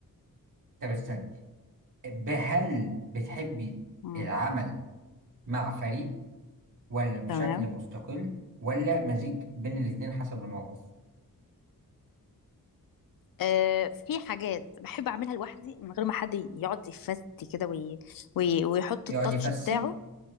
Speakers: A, on the right; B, on the left.
A: طب استنى ب- هل بتحبي
B: امم
A: العمل مع فريق ولا بشكل
B: تمام
A: مستقل ولا مزيج بين الاتنين حسب الموقف
B: آه في حاجات بحب اعملها لوحدي من غير ما حد يقعد يفتي كده وي... وي... ويحط
A: يقعد
B: التاتش
A: يفسي
B: بتاعه